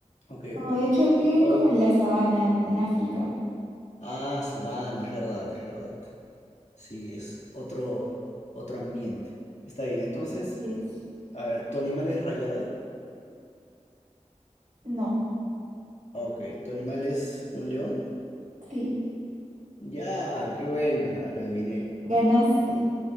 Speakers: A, on the left (about 65°); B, on the right (about 90°).
A: Ok,
B: No,
A: ok.
B: de hecho viven
A: Ok.
B: como en la sabana en, en África.
A: Ah, sabana, es verdad, es verdad. Sí, es otro, otro ambiente. Está bien, entonces,
B: Así es.
A: a ver, ¿tu animal es rayado?
B: No,
A: Ah, Ok, ¿tu animal es un león?
B: sí,
A: Ya, qué buena, lo adiviné.
B: ganaste.